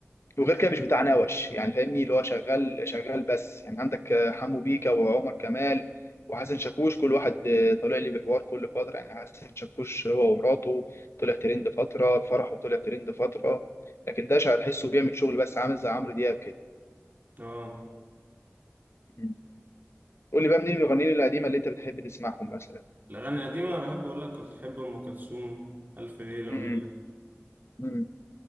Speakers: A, on the left (about 65°); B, on the right (about 40°).
A: وغير كده مش بتاع نوش يعني فاهمني اللي هو شغال شغال بس يعني عندك آه، حمو بيكا وعمر كمال وحسن شاكوش كل واحد آه، طالع لي بحوار كل فترة يعني حسن شاكوش هو ومراته طلع ترند فترة فرحه طلع ترند فترة لكن ده هتحسه بيعمل شغل بس عامل زي عمرو دياب كده
B: اه
A: مم. قول لي بقى منين المغنيين القديمة اللي انت بتحب تسمعهم مثلا
B: الأغاني القديمة بحب أقول لك كنت بحب أم كلثوم ألف ليلة
A: مم.
B: وليلة
A: مم.